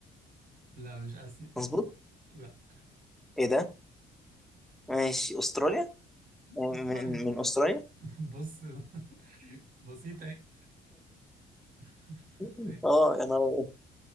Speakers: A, on the right; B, in the centre.
A: لا مش آسيا
B: مظبوط
A: لا
B: ايه ده ماشي أستراليا آه،
A: أستراليا
B: من من أستراليا
A: <laughs> بص <laughs> بسيطة اهي <laughs>
B: <laughs>
A: ماشي
B: اه يا نهار أبيض.